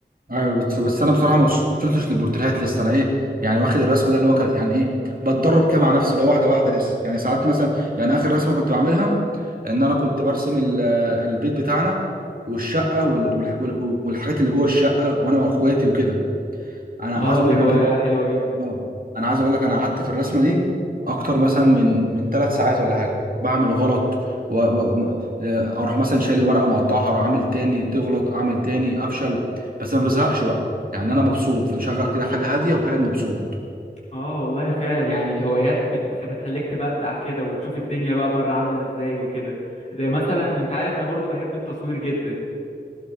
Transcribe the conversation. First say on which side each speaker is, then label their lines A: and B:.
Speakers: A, on the right; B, on the left.
A: ايوه بس, بس انا بصراحه ما وصلتش للبورتريهات لسه انا ايه يعني واخد الرسم ده اللي هو كان- يعني ايه بتدرب كده مع نفسي لو واحده واحده لسه يعني ساعات مثلا يعني اخر رسمه كنت بعملها ان انا كنت برسم ال- البيت بتاعنا والشقه وال- وال- وال- والحاجات اللي جوه الشقه وانا واخواتي وكده انا
B: اه
A: عايز اقول
B: دي
A: لك
B: هواية
A: انا
B: حلوة جدا
A: واو. انا عايز اقول لك انا قعدت في الرسمه دي اكتر مثلا من من ثلاث ساعات ولا حاجه بعمل غلط و... و... م- آه، اروح مثلا شايل ورقه مقطعها اروح عامل تاني تغلط اعمل تاني افشل بس ما بزهقش بقى يعني انا مبسوط مشغل كده حاجه هاديه وقاعد مبسوط
B: اه والله فعلا يعني الهوايات بتخ... بتخليك تبدع كده وتشوف الدنيا بقى بره عاملة ازاي وكده زي مثلا انت عارف انا برضو بحب التصوير جدا